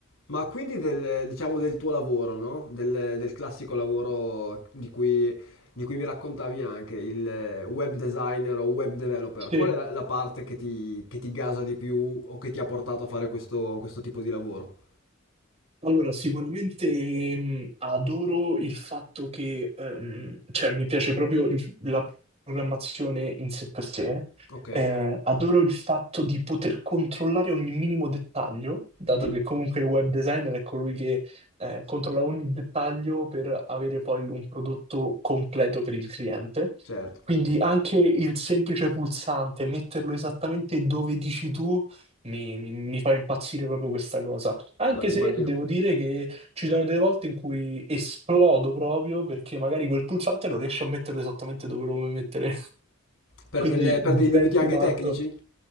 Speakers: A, on the left (about 85°); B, on the right (about 30°).
A: Ma quindi del, diciamo, del tuo lavoro, no? Del, del classico lavoro di cui, di cui mi raccontavi anche, il web designer o web developer,
B: Sì,
A: qual è la, la parte che ti, che ti gasa di più o che ti ha portato a fare questo, questo tipo di lavoro?
B: allora sicuramente mh, adoro il fatto che, ehm, cioè mi piace proprio il- la programmazione in sé per sé,
A: Ok?
B: Eh, adoro il fatto di poter controllare ogni minimo dettaglio, dato
A: Mhm.
B: che comunque il web designer è colui che eh, controlla ogni dettaglio per avere poi un prodotto completo per il cliente.
A: Certo.
B: Quindi anche il semplice pulsante, metterlo esattamente dove dici tu, mi mi- mi fa impazzire proprio questa cosa. Anche
A: No, immagino.
B: se devo dire che ci sono delle volte in cui esplodo proprio perché magari quel pulsante non riesce a metterlo esattamente dove lo vuoi mettere, <laughs>
A: Per,
B: quindi
A: delle- per
B: diventi
A: dei limiti anche
B: matto.
A: tecnici?